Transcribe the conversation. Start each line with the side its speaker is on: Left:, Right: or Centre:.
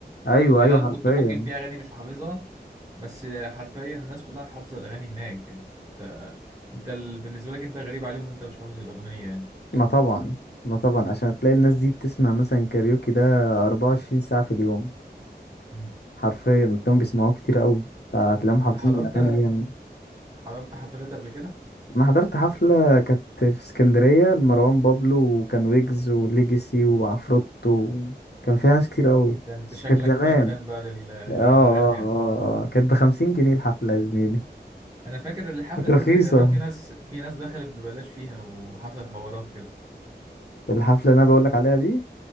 Left: ايوه
Right: <laughs> يعني
Left: ايوه
Right: انا
Left: حرفيا
Right: كنت ممكن في اغاني مش حافظها بس حرفيا الناس كلها حافظه الاغاني هناك يعني انت انت ال... بالنسبه لك انت غريب عليهم إن انت مش حافظ الاغنيه يعني
Left: ما طبعا ما طبعا
Right: م-
Left: عشان تلاقي الناس دي بتسمع مثلا كاريوكي ده 24 ساعة في اليوم
Right: م-
Left: حرفيا تلاقيهم بيسمعوه كتير قوي فتلاقيهم
Right: م.
Left: حافظين
Right: انت حضرت
Left: الاغاني جامد
Right: حضرت حفلات قبل كده
Left: انا حضرت حفله كانت في اسكندريه لمروان بابلو وكان ويجز وليجاسي وعفروتو كان فيها ناس كتير قوي
Right: ده انت
Left: بس
Right: شكلك
Left: كانت زمان
Right: فان فان بقى لل...
Left: اه اه
Right: للراب يعني
Left: اه آه. كانت بخمسين جنيه الحفله يا زميلي
Right: انا فاكر الحفله
Left: كانت
Right: دي
Left: رخيصه
Right: اللي تقريبا في ناس في ناس دخلت ببلاش فيها وحصل حوارات كده
Left: الحفله اللي انا بقولك عليها دي